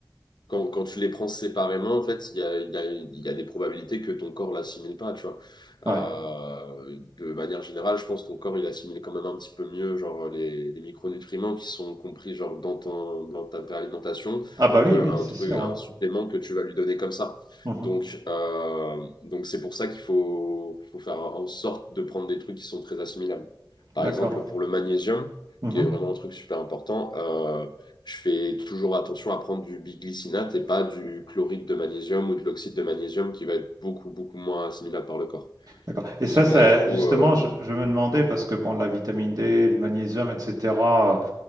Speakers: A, on the left; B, on the right.
A: Quand, quand tu les prends séparément, en fait, il y a, il y a- il y a des probabilités que ton corps l'assimile pas, tu vois.
B: Ouais.
A: Euh, de manière générale, je pense que ton corps, il assimile quand même un petit peu mieux, genre, les, les micronutriments qui sont compris, genre, dans ton, dans ta vraie alimentation,
B: Ah bah oui,
A: qu'un
B: oui, c'est
A: truc,
B: sûr,
A: un
B: hein.
A: supplément que tu vas lui donner comme ça.
B: Mmh
A: Donc, euh, donc c'est pour ça qu'il faut, faut faire en sorte de prendre des trucs qui sont très assimilables. Par
B: D'accord.
A: exemple, pour le magnésium,
B: Mmh
A: qui est vraiment un truc super important. euh, je fais toujours attention à prendre du biglycinate et pas du chloride de magnésium ou de l'oxyde de magnésium qui va être beaucoup, beaucoup moins assimilable par le corps.
B: D'accord et ça
A: Parce que
B: ça
A: là, du coup,
B: justement,
A: euh,
B: je je me demandais parce que bon, la vitamine D, le magnésium et cetera, heu,